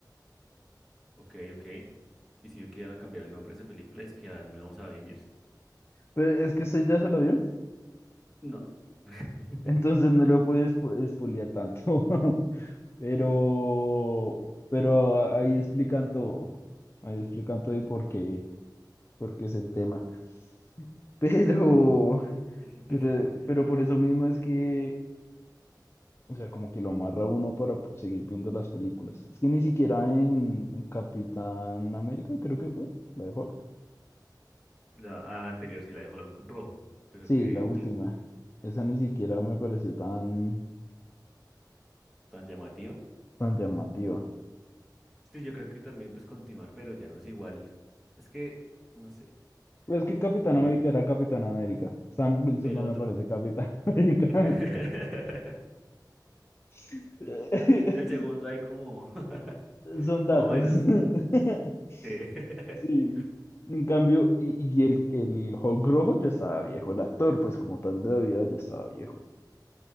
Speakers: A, in the centre; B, on the left.
A: Ok, ok. Y si yo querían cambiar el nombre de esa película, es que a Nuevos Avengers.
B: Pero es que usted ya se lo vio,
A: No. <laughs>
B: <laughs> entonces no lo puede espo- espolear tanto. <laughs> Pero, pero ahí explican todo, ahí explican todo y por qué, por qué es el tema. <laughs> Pero,
A: Mm. <laughs>
B: pero, pero por eso mismo es que O sea, como que lo amarra a uno para po- seguir viendo las películas. Es que ni siquiera en en Capitán América, creo que fue, la de Hulk.
A: La, a la anterior sí la dejó el rojo, pero
B: Sí,
A: que
B: la última.
A: mm,
B: Esa ni siquiera me pareció tan,
A: tan llamativa.
B: tan llamativa.
A: Sí, yo creo que también pues continuar, pero ya no es igual. Es que, no sé.
B: Pues es que Capitán
A: Oye,
B: América era Capitán América. Sam Wilson
A: el
B: no
A: otro.
B: me parece Capitán <laughs> América.
A: <laughs>
B: <laughs>
A: El segundo hay como, <laughs>
B: Son datos.
A: más o menos.
B: <laughs>
A: Sí. <laughs>
B: Sí. En cambio, y, y el, el Hulk rojo ya estaba viejo, el actor, pues como tal de la vida ya estaba viejo.